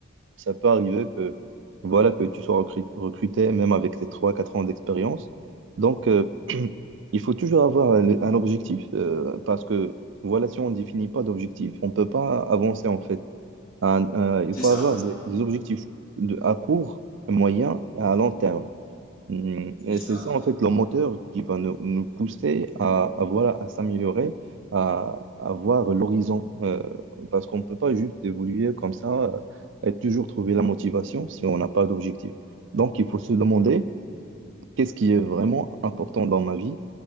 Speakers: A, on the right; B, on the left.
A: ça peut arriver que, voilà, que tu sois recru- recruté, même avec tes trois, quatre ans d'expérience. Donc, euh, <clears throat> il faut toujours avoir un un objectif euh, parce que voilà, si on ne définit pas d'objectifs, on ne peut pas avancer en fait. Un- un- il
B: C'est
A: faut
B: ça.
A: avoir des, des objectifs de, à court, moyen et à long terme. Mm,
B: C'est
A: Et
B: ça.
A: c'est ça en fait le moteur qui va nous, nous pousser à, à, voilà, à s'améliorer, à, à voir l'horizon. Euh, parce qu'on ne peut pas juste évoluer comme ça euh, et toujours trouver la motivation si on n'a pas d'objectif. Donc il faut se demander qu'est-ce qui est vraiment important dans ma vie?